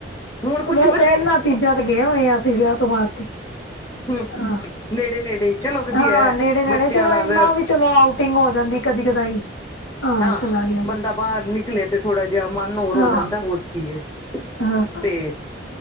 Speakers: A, on the left (about 20°); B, on the left (about 85°).
A: ਹੁਣ ਕੁਛ
B: ਬਸ
A: ਵਧੇ
B: ਇਹਨਾਂ ਚੀਜ਼ਾਂ ਤੇ ਗਏ ਹੋਏ ਆ ਅਸੀਂ ਵਿਆਹ ਤੋਂ ਬਾਅਦ ਤੇ
A: ਹਮ
B: ਹਾਂ,
A: ਨੇੜੇ ਨੇੜੇ ਚਲੋ ਵਧੀਆ
B: ਹਾਂ
A: ਹੈ
B: ਨੇੜੇ- ਨੇੜੇ
A: ਬੱਚਿਆਂ
B: ਚਲੋ
A: ਨਾਲ
B: ਇੰਨਾ ਵੀ ਚਲੋ ਆਊਟ ਟਿੰਗ ਹੋ ਜਾਂਦੀ ਕਦੀ ਕਦਾਈ
A: ਹਾਂ,
B: ਚਲਾ ਗਿਆ ਵਾ
A: ਬੰਦਾ ਬਾਹਰ ਨਿਕਲੇ ਤੇ ਥੋੜਾ ਜਿਹਾ ਮਨ ਹੋਰ
B: ਹਾਂ
A: ਹੋ ਜਾਂਦਾ, ਹੋਰ ਕੀ ਏ
B: ਹਾਂ
A: ਤੇ,